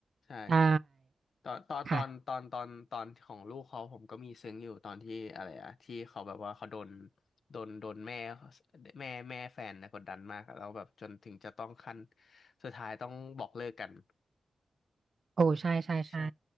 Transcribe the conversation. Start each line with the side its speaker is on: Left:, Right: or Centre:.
Left: ใช่
Right: ใช่
Left: ตอนตอนตอนตอนตอนตอนของลูกเขาผมก็มีซึ้งอยู่ตอนที่อะไรอะที่เขาแบบว่าเขาโดน
Right: ค่ะ
Left: โดนโดนแม่แม่แม่แฟนนะกดดันมากอะแล้วแบบจนถึงจะต้องขั้นสุดท้ายต้องบอกเลิกกัน
Right: โอ้ใช่ใช่ใช่
Left: ใช่